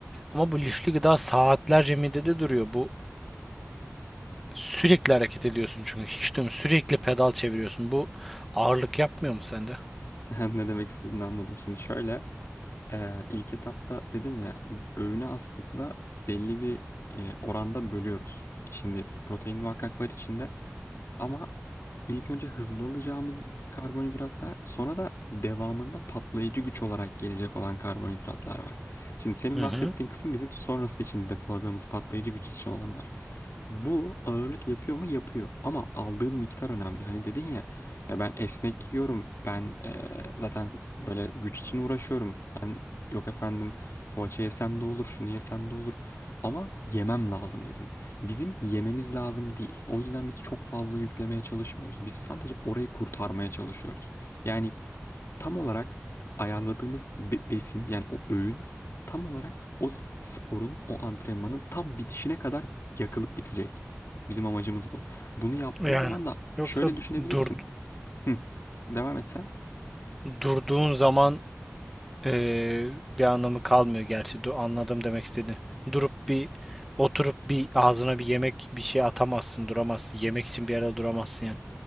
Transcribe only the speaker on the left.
<laughs> ne demek istediğini anladım. Şimdi şöyle. Ee, ilk etapta dedim ya öğüne aslında belli bir e, oranda bölüyoruz. Şimdi protein muhakkak var içinde ama ilk önce hızlı alacağımız karbonhidratlar sonra da devamında patlayıcı güç olarak gelecek olan karbonhidratlar var. Şimdi senin
bahsettiğin
kısım bizim sonrası için depoladığımız patlayıcı güç için olanlar. Bu ağırlık yapıyor mu? Yapıyor. Ama aldığın miktar önemli. Hani dedin ya, ya ben esnek yiyorum. Ben eee, zaten böyle güç için uğraşıyorum. Ben yok efendim poğaça yesem de olur, şunu yesem de olur. Ama yemem lazım dedin. Bizim yememiz lazım değil. O yüzden biz çok fazla yüklemeye çalışmıyoruz. Biz sadece orayı kurtarmaya çalışıyoruz. Yani tam olarak ayarladığımız be- besin yani o öğün tam olarak o s- sporun, o antrenmanın tam bitişine kadar yakılıp bitecek. Bizim amacımız bu. Bunu yaptığın
zaman da
şöyle düşünebilirsin.
Hı, devam et sen.